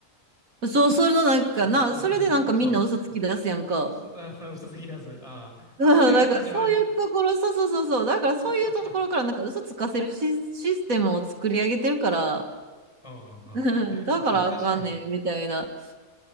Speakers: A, on the right (about 70°); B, on the left (about 20°).
A: そう、それのなんか、
B: <laughs>
A: な、それでなんかみんな嘘つき出すやんか。
B: そう。うすあー嘘つき出す。ああ。
A: <laughs> そうだからそういうところ、
B: そこでが始まり。
A: そうそうそうそう、だからそういうところからなんか嘘つかせるシ、
B: <laughs>
A: システムを作り上げてるから、
B: うん
A: うん、<laughs> だからあかんねん、
B: うん確かに。
A: みたいな。